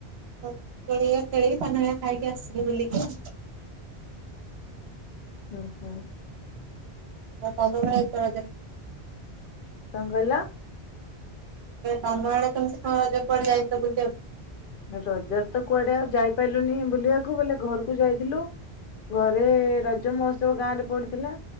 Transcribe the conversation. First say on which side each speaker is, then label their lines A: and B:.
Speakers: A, on the right; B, on the left.
A: ଦୋଳି ହେରିକା ଖେଳିକି ପାନ ହେରିକା ଖାଇକି ଆସିଲୁ ବୁଲିକି।
B: ହୁଁ ହୁଁ।
A: <unintelligible>
B: କଣ କହିଲ?
A: ତମ ଆଡେ କେମିତି କଣ ରଜ କୁଆଡେ ଯାଇଥିଲ ବୁଲିବାକୁ?
B: ରଜରେ ତ କୁଆଡେ ଆଉ ଯାଇପାରିଲୁନି ବୁଲିବାକୁ ବୋଇଲେ ଘରକୁ ଯାଇଥିଲୁ। ଘରେ ରଜ ମହୋତ୍ସବ ଗାଁ ରେ ପଡିଥିଲା।